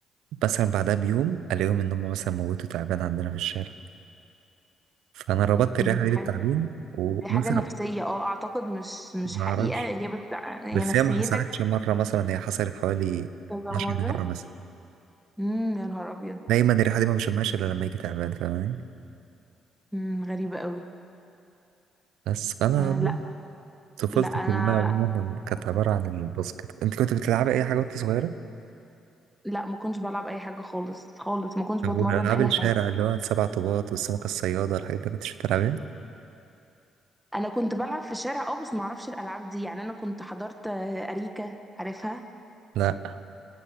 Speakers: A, on the right (about 70°); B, in the centre.
A: مثلا بعدها بيوم الاقيهم ان هم مثلا موتوا تعبان عندنا في الشارع فانا ربطت الريحة
B: ايه ده دي
A: دي
B: حاجة
A: بالتعبين ومثلا
B: دي حاجة نفسية اه اعتقد مش مش
A: معرفش
B: حقيقة هي بس ع- هي
A: بس
B: نفسيتك
A: هي ما حصلتش مرة مثلا هي حصلت حوالي
B: كذا
A: 12
B: مرة
A: مرة مثلا
B: امم يا نهار ابيض
A: دايما الريحة دي ما بشمهاش إلا لما يجي تعبان فاهماني
B: امم غريبة قوي
A: بس فأنا
B: آه لا
A: طفولتي
B: لا انا
A: كلها عموما كانت عبارة عن الباسكت أنت كنت بتلعبي أي حاجة وأنت صغيرة؟
B: لا ما كنتش بلعب اي حاجة خالص خالص ما كنتش
A: طب
B: بتمرن
A: والألعاب
B: اي
A: الشارع
B: حاجة
A: اللي هو السبع طوبات والسمكة الصيادة الحاجات دي كنتش بتلعبيها؟
B: انا كنت بلعب في الشارع اه بس معرفش الالعاب دي يعني انا كنت حضرت آه، اريكة عارفها
A: لا